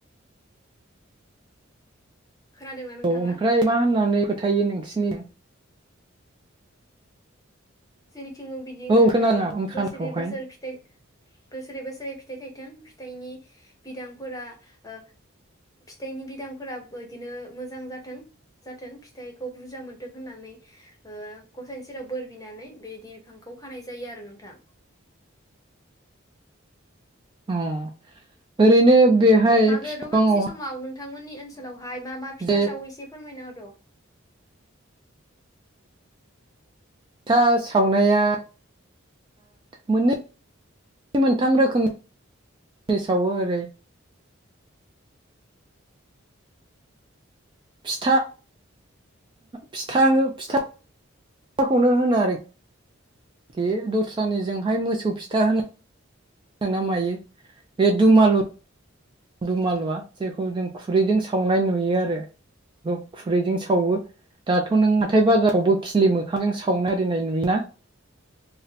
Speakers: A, on the left; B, on the right.
A: खोनादोंना नोंथाङा?
B: औ ओमफ्राय मा होननानै फोथायो नोंसि <unintelligible>
A: सिरि थिंबो बिदिनो
B: औ खोनाङा
A: ओ
B: ओंखानखौहाय
A: बोसोरै बोसोर फिथाइ बोसोरै बोसोरै फिथाइ थाइथों थाइनि बिदांफोरा ओ फिथाइनि बिदांफोरा बिदिनो मोजां जाथों जाथों फिथाइखौ बुरजा मोनथों होननानै ओ गसाइनि सेराव बोर बिनानै बेदि बिफांखौ खानाय जायो आरो नोंथा।
B: अ ओरैनो बेहाय
A: मागो
B: बिफाङावहाय
A: दमांसि समाव नोंथांमोननि ओनसोलावहाय मा मा फिथा
B: जे
A: साव एसे फोरमायना होद
B: था सावनाया मोननै मोन मोनथाम रोखोमनि सावो ओरै फिथा फिथा फिथाखौनो होनो आरोखि बे दस्रानिजोंहाय मोसौ फिथा होनो ना मायो बे दुमालु दुम आालुआ जेखौ जों खुरैजों सावनाय नुयो आरो बेखौ खुरैजों सावो दाथ नों हाथाय बाजारावबो खिलि मोखांजों सावनाय आरिनाय नुयोना।